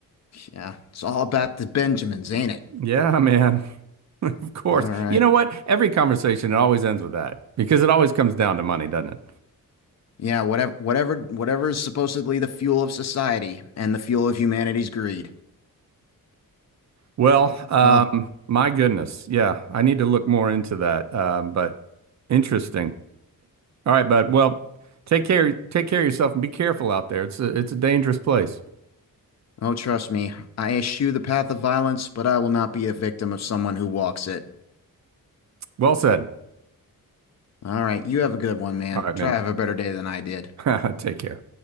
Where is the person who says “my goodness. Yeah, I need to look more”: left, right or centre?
Right